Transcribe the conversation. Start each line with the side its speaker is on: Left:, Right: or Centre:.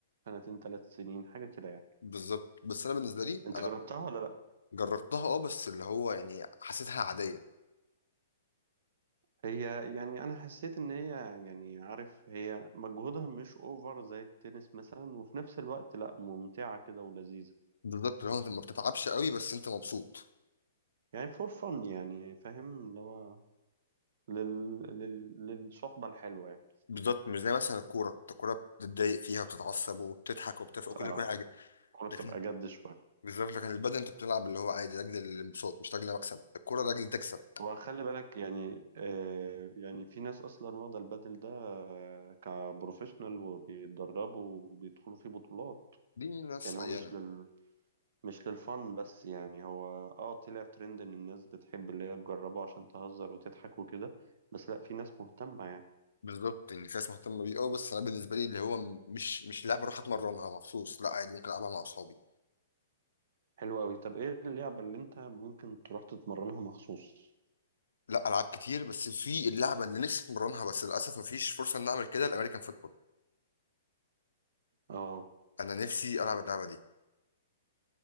Right: سنتين ثلاث سنين حاجة كده يعني
Left: بالظبط بس انا بالنسبه لي
Right: أنت
Left: انا
Right: جربتها ولا لأ؟
Left: جربتها اه بس اللي هو يعني حسيتها عاديه
Right: هي يعني أنا حسيت إن هي يعني عارف هي مجهودها مش أوفر زي التنس مثلا وفي نفس الوقت لأ ممتعة كده ولذيذة
Left: بالظبط اللي هو انت ما بتتعبش قوي بس انت مبسوط
Right: يعني فور فن يعني فاهم اللي هو لل... لل... للصحبة الحلوة يعني
Left: بالظبط مش زي مثلا الكوره انت الكوره بتتضايق فيها وبتتعصب وبتضحك وبتفرق وكل
Right: اه
Left: كل حاجه
Right: الكورة بتبقى
Left: لكن
Right: جد شوية
Left: بالظبط لكن البدن انت بتلعب اللي هو عادي لاجل الانبساط مش لاجل مكسب الكوره لاجل تكسب
Right: وخلي بالك يعني آه يعني في ناس اصلا واخده البادل ده آه كبروفيشنال وبيتدربوا وبيدخلوا فيه بطولات
Left: دي ناس
Right: يعني
Left: عيانه
Right: هو مش لل مش للفن بس يعني هو اه طلع ترند ان الناس بتحب اللي هي تجربه عشان تهزر وتضحك وكده بس لا في ناس مهتمه يعني
Left: بالظبط ان في ناس مهتمه بيه اه بس انا بالنسبه لي اللي هو م- مش مش لعبه اروح اتمرنها مخصوص لا عادي ممكن العبها مع اصحابي
Right: حلو قوي طب ايه اللعبه اللي انت ممكن تروح تتمرنها مخصوص
Left: لا العاب كتير بس في اللعبه اللي نفسي اتمرنها بس للاسف مفيش فرصه ان اعمل كده الامريكان فوتبول
Right: اه
Left: انا نفسي العب اللعبه دي